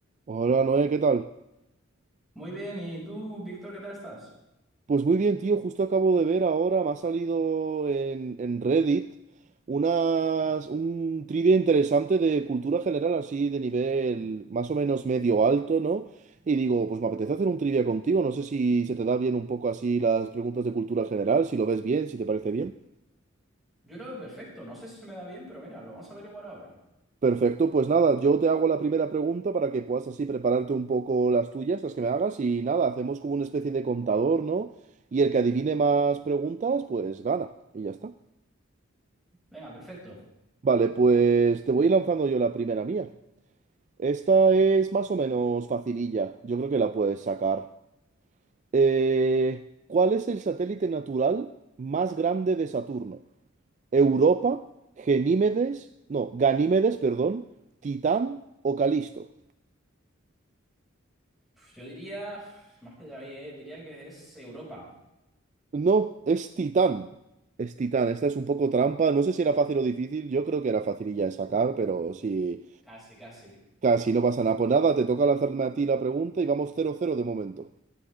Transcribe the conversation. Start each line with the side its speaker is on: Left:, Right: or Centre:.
Right: Hola Noé, ¿qué tal?
Centre: Muy bien, ¿y tú, Víctor, qué tal estás?
Right: Pues muy bien, tío, justo acabo de ver ahora, me ha salido en, en Reddit unas, un trivia interesante de cultura general, así de nivel más o menos medio alto, ¿no? Y digo, pues me apetece hacer un trivia contigo, no sé si se te da bien un poco así las preguntas de cultura general, si lo ves bien, si te parece bien.
Centre: Yo lo veo perfecto, no sé si se me da bien, pero mira, lo vamos a averiguar ahora.
Right: Perfecto, pues nada, yo te hago la primera pregunta para que puedas así prepararte un poco las tuyas, las que me hagas, y nada, hacemos como una especie de contador, ¿no? Y el que adivine más preguntas, pues gana, y ya está.
Centre: Venga, perfecto.
Right: Vale, pues te voy lanzando yo la primera mía. Esta es más o menos facililla, yo creo que la puedes sacar. Eh, ¿cuál es el satélite natural más grande de Saturno? ¿Europa, Genímedes, no, Ganímedes, perdón, Titán o Calisto?
Centre: Uf, Yo diría, uf, más pillado ahí, eh, diría que es Europa.
Right: No, es Titán. Es Titán. Esta es un poco trampa. No sé si era fácil o difícil. Yo creo que era facililla de sacar, pero sí.
Centre: Casi, casi.
Right: Casi no pasa nada. Pues nada, te toca lanzarme a ti la pregunta y vamos cero cero de momento.